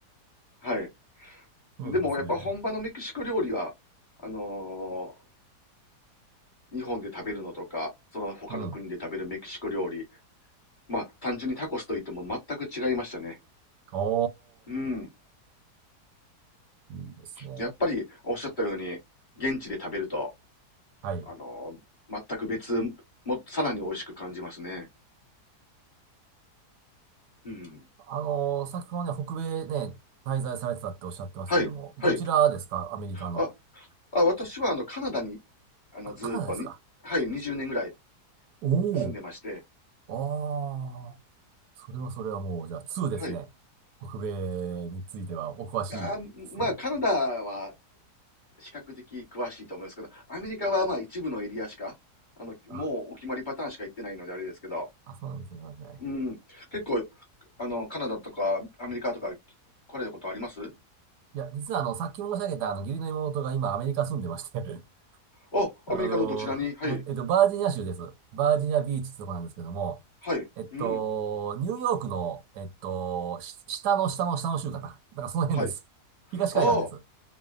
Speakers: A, on the left; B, on the right.
A: はい。
B: そうですね。
A: でも、やっぱ本場のメキシコ料理は、あのー日本で食べるのとか、その他の国で食べるメキシコ料理、
B: うん。
A: まあ、単純にタコスと言っても全く違いましたね。
B: お
A: うん。
B: ー、いいですね。
A: やっぱり、おっしゃったように、現地で食べると、
B: はい。
A: あのー全く別、も、さらに美味しく感じますね。うん。
B: あのー先ほどね、北米ね、滞在されてたっておっしゃってましたけども、
A: はい、はい。
B: どちらですかアメリカの。
A: あ、あ、私は、あの、カナダに、あの、
B: あ、
A: ずーっとに、
B: カナダですか
A: はい、20年ぐらい
B: おお、
A: 住んでまして、
B: ああ、それはそれはもう、じゃあ2ですね。
A: はい。
B: 北米についてはお詳しいですね。
A: あー、まあ、カナダは比較的詳しいと思いますけど、アメリカはまあ一部のエリアしか、あの、
B: あ、
A: もうお決まりパターンしか行ってないのであれですけど、
B: あ、そうなんですね。そうなんですね
A: うん。結構、あの、カナダとかアメリカとか来られたことあります
B: いや、実はあの、さっき申し上げたあの、義理の妹が今アメリカ住んでまして <laughs>
A: あ、
B: あの、
A: アメリカのどちらにはい。
B: はい、えっと、バージニア州です。バージニアビーチってとこなんですけども、
A: はい。
B: えっと、
A: うん。
B: ニューヨークの、えっと、し下の下の下の州かな。なんかその辺です。
A: はい。
B: 東海岸です。
A: ああ、